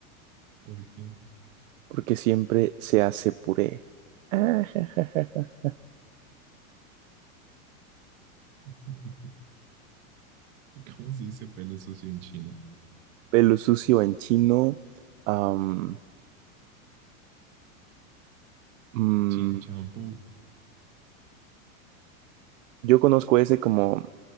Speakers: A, on the right; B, on the right.
A: <laughs> ¿Por qué?
B: Porque siempre se hace puré. <laughs> Ah, ja, ja, ja, ja.
A: <laughs> ¿Cómo se dice pelo sucio en chino?
B: Pelo sucio en chino. am, mm,
A: Chin champú.
B: yo conozco ese como